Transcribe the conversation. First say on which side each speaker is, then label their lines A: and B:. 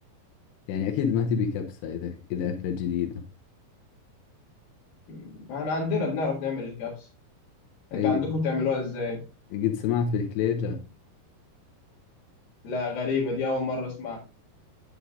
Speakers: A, on the left; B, on the left.
A: يعني اكيد ما تبي كبسة اذا اذا اكلة جديدة
B: مم. احنا عندنا بنعرف نعمل الكبسة
A: اي
B: انت عندكم بتعملوها ازاي
A: قد سمعت بالكليجة
B: لا غريبة دي اول مرة اسمعها